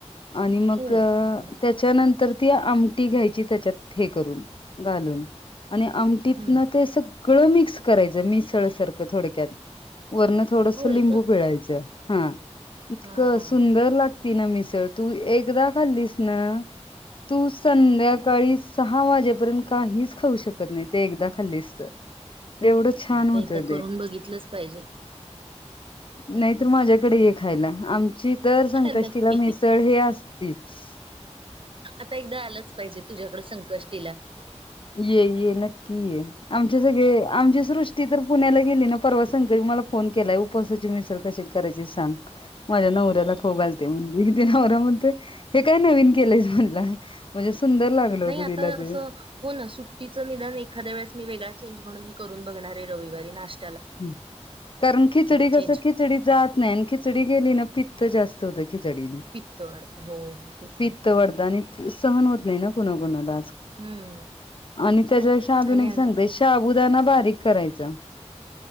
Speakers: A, on the left; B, on the right.
A: आणि मग
B: होय का हा
A: त्याच्यानंतर ती आमटी घ्यायची त्याच्यात हे करून घालून आणि आमटीतन
B: हम्म
A: ते सग सगळ मिक्स करायच मिसळ सार थडक्यात व थोडस
B: होय
A: लिंबू
B: का
A: पिळायचं हा इतकं
B: हा
A: सुंदर लागती ना मिसळ तू एकदा खाल्लीस ना तू संध्याकाळी सहा वाजेपर्यंत काहीच खाऊ शकत नाही ते एकदा खाल्लीस तर एवढं छान
B: ता
A: होतं
B: एकदा करून बघितलंच पाहिजे नक्कीच.
A: नाही तर माझ्याकडे खायला आम तरर संकष्टीला
B: नक्की.
A: मेसळ हे अस तीच
B: आता एकदा आलंच पाहिजे तुझ्याकडे संकष्टीला
A: ये ये नक्की क आमच्या सगळे आमच्या ृी तर पुण्याला गेली परवा संकळी मला फोन केला उपसाची मिसळ क कराय सांग्या न लाोगलतव तीनवरा म्हणतय हे काय नवीन केलंय म्हनला म्हणजे सुंदर लागलं होतं
B: नाही आता
A: तिला ते
B: असं हो ना सुट तिचं निदान एखाद्या वेळेस मी वेगळा चेंज म्हणून ह करून बगणार आहे रविवारी नाश्
A: ह कारण खिचडी
B: चेंज.
A: कस खिचडी जात नाही खिचडी पितत जास्त होत ची जडीने
B: पित्त वाढतं. हो, हो. तेच
A: पित्त
B: ना.
A: वाढतं आणि सहन हो त नाही ना कोणाकोणाला.
B: हं.
A: आणि त्याज्यापेक्षा अजून
B: आणि अगं
A: एक सांगते
B: ते
A: शाबुदाना बारीक करायचं